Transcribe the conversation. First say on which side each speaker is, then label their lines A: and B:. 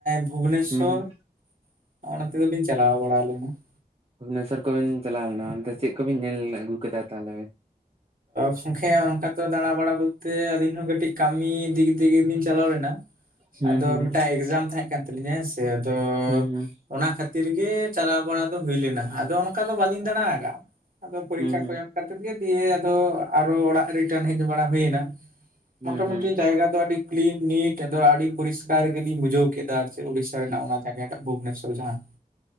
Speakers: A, on the right; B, on the right.
A: ᱵᱷᱩᱵᱚᱱᱮᱥᱥᱚᱨ
B: ᱦᱩᱸ ᱦᱩᱸ
A: ᱾ ᱚᱱᱚᱱ ᱛᱮ ᱫᱚ ᱵᱤᱱ ᱪᱟᱞᱟᱣ ᱵᱟᱲᱟ ᱞᱮᱱᱟ ᱾
B: ᱵᱷᱩᱵᱽᱱᱮᱥᱥᱚᱨ ᱠᱚᱵᱮᱱ ᱪᱟᱞᱟᱣ ᱞᱮᱱᱟ ᱾ ᱚᱱᱛᱮ ᱪᱮᱫ ᱠᱚᱵᱤᱱ ᱧᱮᱞ ᱟᱹᱜᱩ ᱠᱮᱫᱟ ᱛᱟᱦᱚᱞᱮ?
A: ᱜᱚᱝᱠᱮ ᱚᱱᱠᱟ ᱛᱚ ᱫᱟᱬᱟ ᱵᱟᱲᱟ ᱵᱚᱞᱛᱮ ᱟᱹᱞᱤᱧ ᱦᱚᱸ ᱠᱟᱹᱴᱤᱡ ᱠᱟᱹᱢᱤ ᱫᱤᱠ ᱫᱤᱭᱮ ᱞᱤᱧ ᱪᱟᱞᱟᱣ ᱞᱮᱱᱟ ᱾
B: ᱦᱩᱸ
A: ᱟᱫᱚ
B: ᱦᱩᱸ
A: ᱢᱤᱫ ᱴᱟᱝ ᱮᱠᱡᱟᱢ ᱛᱟᱦᱮᱸ ᱠᱟᱱ ᱛᱟᱞᱤᱧᱟ ᱦᱮᱸᱥᱮ, ᱟᱫᱚ
B: ᱦᱩᱸ ᱦᱩᱸ
A: ᱚᱱᱟ ᱠᱷᱟᱹᱛᱤᱨ ᱜᱮ ᱪᱟᱞᱟᱣ ᱵᱟᱲᱟ ᱫᱚ ᱦᱩᱭ ᱞᱮᱱᱟ, ᱟᱫᱚ ᱚᱱᱠᱟ ᱫᱚ ᱵᱟᱹᱞᱤᱧ ᱫᱟᱬᱟ ᱟᱠᱟᱜᱼᱟ ᱾ ᱟᱫᱚ ᱯᱚᱨᱤᱠᱠᱷᱟ
B: ᱦᱩᱸ ᱦᱩᱸ
A: ᱠᱚ ᱮᱢ ᱠᱟᱛᱮ ᱜᱮ ᱫᱤᱭᱮ ᱟᱫᱚ ᱟᱨᱚ ᱚᱲᱟᱜ ᱨᱤᱴᱟᱨᱱ ᱦᱮᱡ ᱵᱟᱲᱟ ᱦᱩᱭᱱᱟ ᱾
B: ᱦᱩᱸ
A: ᱢᱚᱴᱟ
B: ᱦᱩᱸ
A: ᱢᱩᱴᱤ ᱡᱟᱭᱜᱟ ᱫᱚ ᱟᱹᱰᱤ ᱠᱞᱤᱱ ᱱᱤᱴ ᱟᱫᱚ ᱟᱹᱰᱤ ᱯᱚᱨᱤᱥᱠᱟᱨ ᱜᱮᱞᱤᱧ ᱵᱩᱡᱷᱟᱹᱣ ᱠᱮᱫᱟ᱾ ᱩᱲᱤᱥᱟ ᱨᱮᱱᱟᱜ
B: ᱦᱩᱸ
A: ᱚᱱᱟ ᱡᱭᱟᱜ ᱴᱟᱜ ᱵᱷᱩᱵᱚᱱᱮᱥᱚᱨ ᱡᱟᱦᱟᱸ